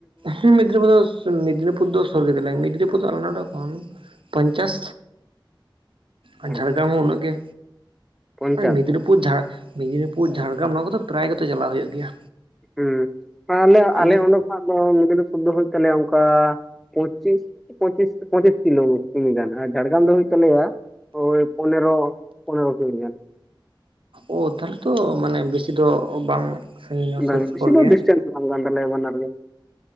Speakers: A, on the right (about 85°); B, in the centre.
A: ᱦᱮᱸ ᱢᱮᱫᱽᱱᱤᱯᱩᱨ ᱫᱚ ᱢᱮᱫᱽᱱᱤᱯᱩᱨ ᱫᱚ ᱥᱩᱨ ᱜᱮᱛᱟᱞᱮᱭᱟ ᱢᱤᱫᱫᱽᱱᱤᱯᱩᱨ ᱫᱚ ᱟᱞᱮ ᱱᱚᱸᱰᱮ ᱠᱷᱚᱱ ᱯᱚᱧᱪᱟᱥ ᱟ
B: ᱟᱪᱪᱷᱟ
A: ᱡᱷᱟᱲᱜᱟᱢ ᱦᱚᱸ ᱩᱱᱟᱹᱜ ᱜᱮ
B: ᱯᱚᱧᱪᱟᱥ
A: ᱚᱭ ᱢᱮᱫᱽᱱᱤ ᱯᱩᱨ ᱡᱷᱟᱲ ᱢᱮᱽᱱᱤᱯᱩᱨ ᱡᱷᱟᱲᱜᱮᱨᱟᱢ ᱱᱚᱣᱟ ᱠᱚᱫᱚ ᱯᱨᱟᱭ ᱜᱮᱛᱚ ᱪᱟᱞᱟᱜ ᱦᱩᱭᱩᱜ ᱜᱮᱭᱟ᱾
B: ᱦᱚᱸ ᱛᱟᱦᱞᱮ
A: ᱟᱨ
B: ᱟᱞᱮ ᱚᱸᱰᱮ ᱟᱫᱚ ᱢᱮᱫᱽᱱᱤᱯᱩᱨ ᱫᱚ ᱦᱩᱭᱩᱜ ᱛᱟᱞᱮᱭᱟ ᱚᱝᱠᱟ ᱯᱚᱸᱪᱤᱥ ᱯᱚᱸᱪᱤᱥ ᱯᱚᱸᱪᱤᱥ ᱠᱤᱞᱳ ᱠᱤᱢᱤ ᱜᱟᱱ ᱟᱨ ᱡᱷᱟᱲᱜᱟᱢ ᱫᱚ ᱦᱩᱭᱩᱜ ᱛᱟᱞᱮᱭᱟ ᱳᱭ ᱯᱚᱱᱮᱨᱚ ᱯᱚᱱᱮᱨᱚ ᱠᱤᱢᱤ ᱜᱟᱱ
A: ᱳ ᱛᱟᱦᱚᱞᱮ ᱛᱚ ᱢᱟᱱᱮ ᱵᱮᱥᱤ ᱫᱚ ᱵᱟᱝ ᱥᱟᱺᱜᱤᱧᱟ
B: ᱵᱟᱝ
A: ᱥᱩᱨ ᱥᱩᱯᱩᱨ
B: ᱵᱤᱥᱤ ᱫᱚ
A: ᱜᱮᱭᱟ
B: ᱰᱤᱥᱴᱮᱱᱥ ᱵᱟᱝ ᱠᱟᱱ ᱛᱟᱞᱮᱭᱟ ᱵᱟᱱᱟᱨ ᱜᱮ